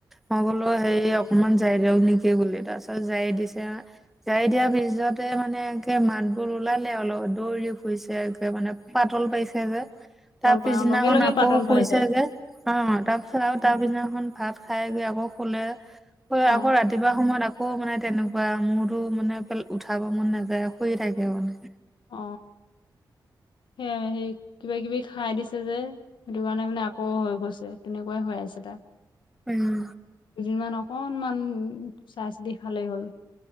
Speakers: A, in the centre; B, on the left.
A: মই বোলো হেৰি অকমান, জাৰি দিয়ক নেকি বুলি। তাৰপিছত জাৰি দিছে আ, জাৰি দিয়াৰ পিছতে মানে একে মাতবোৰ ওলালে অলপ দৌৰি ফুৰিছে মানে পাতল পাইছে। সেইব <unintelligible> তাৰ
B: পাতল
A: পিছদিনাখন
B: পাই অ লগে লগে
A: আকৌ
B: পাতল
A: শুইছে
B: পাই যায়
A: যে, অ তাৰ পিছত আৰু তাৰ পিছদিনাখন ভাত খাই বৈ আকৌ শুলে।
B: অ
A: আকৌ ৰাতিপুৱা সময়ত আকৌ মানে তেনেকুৱা, বা মূৰটো মানে উঠাব মন নাযায় শুই থাকে মানে।
B: অ সেইয়াই, সেই কিবা কিবি খাই দিছে যে সেইটো কাৰণে মানে আকৌ হৈ গৈছে। তেনেকুৱাই হৈ আছে তাৰ।
A: উম।
B: দুদিনমান অকনমান চাই চিতি খালেই হ'ল।